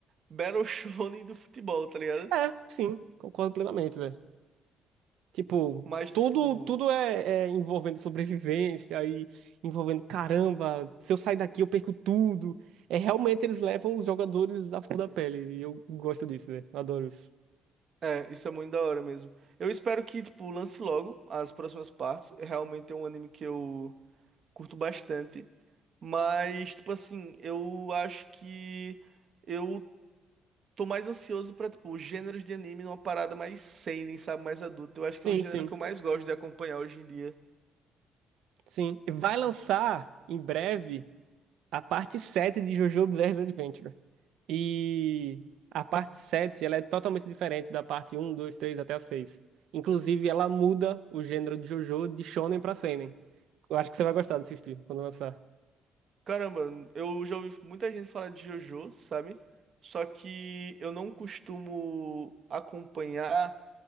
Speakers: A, on the right; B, on the right.
A: Battle Shonen do futebol, tá ligado?
B: É, sim, concordo plenamente, velho. Tipo,
A: Mas,
B: tudo,
A: tipo,
B: tudo é, é envolvendo sobrevivência, aí envolvendo, caramba, se eu sair daqui eu perco tudo. É, realmente eles levam os jogadores à flor da pele. E eu gosto disso, velho. Adoro isso.
A: é, isso é muito da hora mesmo. Eu espero que, tipo, lance logo as próximas partes. Realmente é um anime que eu curto bastante. Mas, tipo assim, eu acho que eu tô mais ansioso pra, tipo, gêneros de anime numa parada mais seinen, sabe? Mais adulta. Eu acho
B: Sim,
A: que é o gênero
B: sim,
A: que eu mais gosto de acompanhar hoje em dia.
B: sim. Vai lançar em breve a parte 7 de JoJo Bizarre Adventure. E a parte 7 ela é totalmente diferente da parte um dois três até a seis Inclusive, ela muda o gênero de JoJo de shonen pra seinen. Eu acho que você vai gostar de assistir quando lançar.
A: Caramba, eu já ouvi muita gente falar de JoJo, sabe? Só que eu não costumo acompanhar